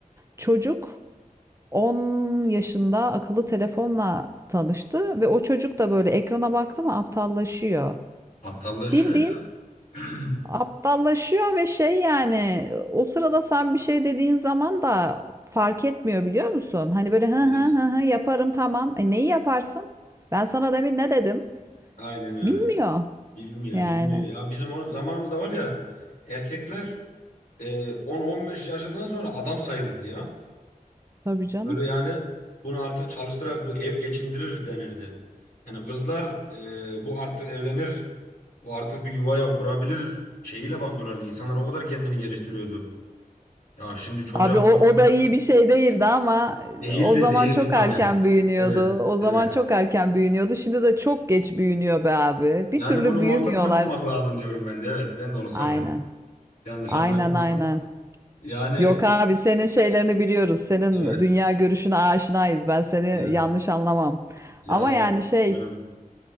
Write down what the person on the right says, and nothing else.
Çocuk 10 yaşında akıllı telefonla tanıştı ve o çocuk da böyle ekrana baktı mı aptallaşıyor.
Bildiğin
Aptallaşıyor ve şey yani o sırada sen bir şey dediğin zaman da fark etmiyor biliyor musun? Hani böyle hı
hı hı hı yaparım tamam. E neyi yaparsın? Ben sana demin ne dedim?
Bilmiyor
yani.
Tabii canım.
Abi o,
o da iyi bir şey değildi ama
o
zaman
çok
erken büyünüyordu.
O zaman
çok erken büyünüyordu. Şimdi de çok geç büyünüyor be abi. Bir
türlü
büyümüyorlar.
Aynen.
Aynen
aynen.
Yok abi senin şeylerini biliyoruz. Senin
dünya görüşüne aşinayız. Ben seni
yanlış anlamam.
Ama yani şey